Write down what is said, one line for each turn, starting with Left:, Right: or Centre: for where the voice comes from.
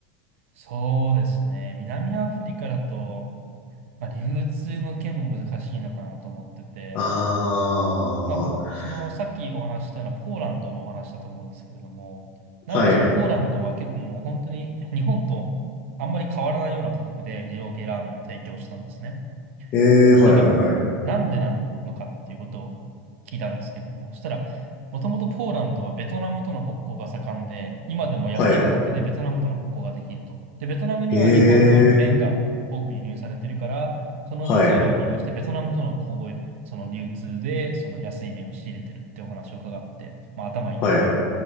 Right: そうですね。南アフリカだと、まあ、流通の件も難しいのかなと思ってて、
Left: ああー。
Right: まあ、その、さっきお話ししたようなポーランドのお話だと思うんですけれども、なんでそのポーランドは結構もう本当に日本とあんまり変わらないような価格で二郎系ラーメンを提供したんですね。
Left: はい。ええはいはいはい。
Right: それがなんでなのかっていうことを聞いたんですけれども、そしたら、もともとポーランドはベトナムとの国交が盛んで、今でも安い価格でベトナムとの国交ができると。
Left: はい。
Right: で、ベトナムには日本の麺が多く輸入されてるから、
Left: えー、
Right: その通路を利用してベトナムとの交易、
Left: はい。
Right: その流通でその安い麺を仕入れてるってお話を伺って、まあ頭いいなと。
Left: はい。